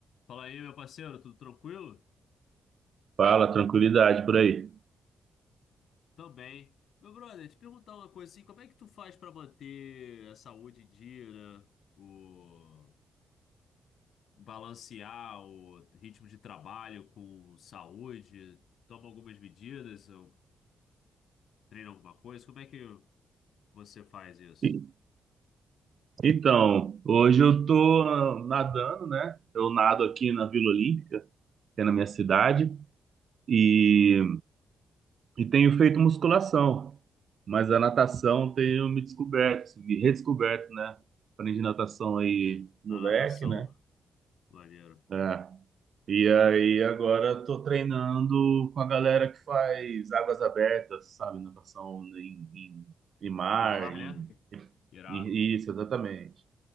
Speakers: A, on the left; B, on the right.
A: Fala aí, meu parceiro, tudo tranquilo?
B: Fala, tranquilidade por aí.
A: Também. Meu brother, te perguntar uma coisa assim, como é que tu faz pra manter a saúde em dia, né? O balancear o ritmo de trabalho com saúde, toma algumas medidas, ou treina alguma coisa? Como é que você faz isso?
B: E- Então, hoje eu tô ah, nadando, né? Eu nado aqui na Vila Olímpica, que é na minha cidade, e, e tenho feito musculação, mas a natação tenho me descoberto, assim, me redescoberto, né? Aprendi natação aí, moleque,
A: Na natação,
B: né?
A: maneiro.
B: É. E aí agora eu tô treinando com a galera que faz águas abertas, sabe? Natação em, em, em mar,
A: No mar,
B: em,
A: né? Irado.
B: em- isso, exatamente.